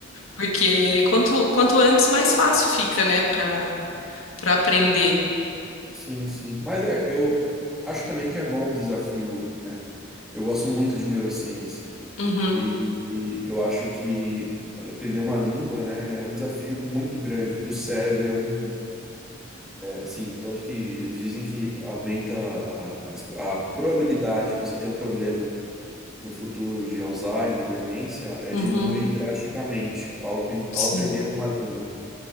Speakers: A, on the left (about 85°); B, in the centre.
A: porque quanto, quanto antes, mais fácil fica, né, para para aprender.
B: sim, sim. sim. Mas é, eu acho também que é bom um desafio, né? Eu gosto muito de neurociência
A: Uhum,
B: e, e eu acho que aprender uma língua, né, é um desafio muito grande para o cérebro. é um Assim, tanto que eles dizem que aumenta a, a, espe- a probabilidade de você ter um problema no futuro de Alzheimer, demência, é,
A: uhum,
B: diminui drasticamente ao, apren- ao
A: sim.
B: aprender uma língua.